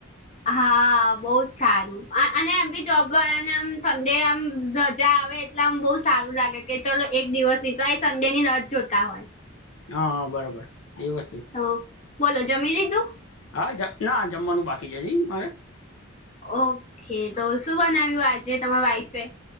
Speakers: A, on the left; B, on the left.
A: હા બહુ જ સારું. અને એમ બી જોબ વાળાને આમ સંડે આમ રજા આવે એટલે આમ બહ સારું લાગે. કે ચલો એક દિવસ ની તો એ સંડે ની રાહ જોતા હોય.
B: હા બરોબર એ વસ્ત.
A: હ બોલો જમી લીધું.
B: હા જ ના જમવાનું બાકી છે હજી મારે.
A: ઓકે તો શું બનાવ્યું આજે તમારા વાઈફે.